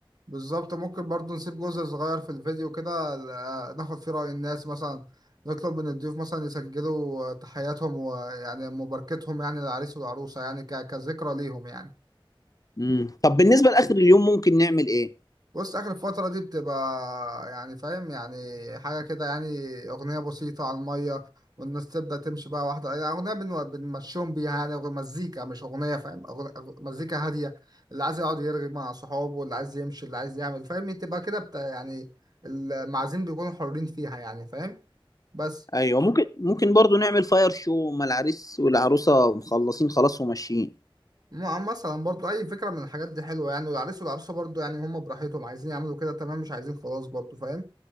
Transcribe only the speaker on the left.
مم. طب بالنسبة لآخر اليوم ممكن نعمل إيه؟
أيوة ممكن ممكن برضو نعمل فاير شو ما العريس والعروسة مخلصين خلاص وماشيين